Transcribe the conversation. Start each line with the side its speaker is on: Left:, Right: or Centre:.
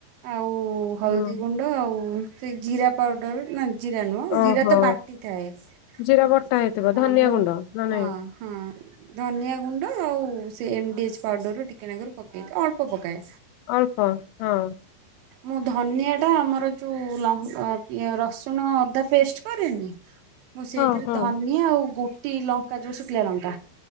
Right: ଆଉ ହଳଦୀ
Left: ହୁଁ
Right: ଗୁଣ୍ଡ ଆଉ ସେ ଜିରା ପାଉଡର ନା ଜିରା ନୁହଁ
Left: ଓହୋ
Right: ଜିରା ତ ବାଟିଥାଏ
Left: ଜିରା
Right: <inaudible>
Left: ବଟା ହେଇଥିବ
Right: ହଁ
Left: ଧନିଆ
Right: ମୁଁ
Left: ଗୁଣ୍ଡ ନା ନାଇଁ
Right: ହଁ ହଁ ଧନିଆ ଗୁଣ୍ଡ ଆଉ ସେ ଏମ ଡି ଏଚ୍ ପାଉଡ଼ରରୁ ଟିକେନାଗର ପକେଇଥା ଅଳ୍ ପକାଏ।
Left: ଅଳ୍ପ ହଁ।
Right: ମୁଁ ଧନିଆଟା ଆମର ଯେଉଁ ଲ ରସୁଣ ଅଦା ପେଷ୍ଟ କରେନି ମୁଁ
Left: ହଁ
Right: ସେଇଥିରେ
Left: ହଁ।
Right: ଧନିଆ ଆଉ ଗୋ ଟି ଲଙ୍କା ଯୋଉ ସୁକିଲ ଲଙ୍କା।